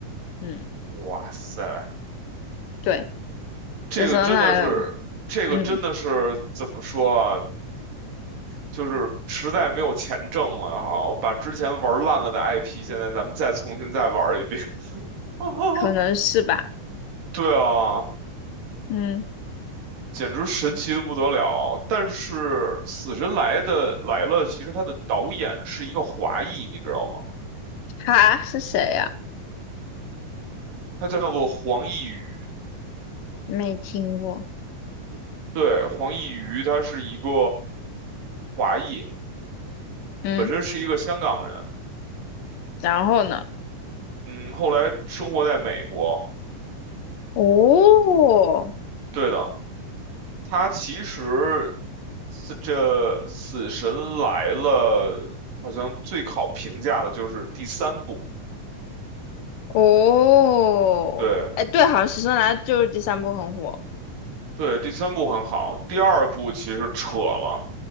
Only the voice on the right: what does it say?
哇塞，
这个真的是，这个真的是怎么说啊？
就是实在没有钱挣了啊，哦把之前玩烂了的 IP，现在咱们再重新再玩一遍。<laughs>
对啊，
简直神奇的不得了。但是《死神来的来了》，其实它的导演是一个华裔，你知道吗？
他叫做黄奕宇，
对，黄奕瑜，他是一个华裔，
本身是一个香港人，
嗯，后来生活在美国。
对的，它其实是这《死神来了》好像最好评价的就是第三部，
对
对，第三部很好，第二部其实扯了，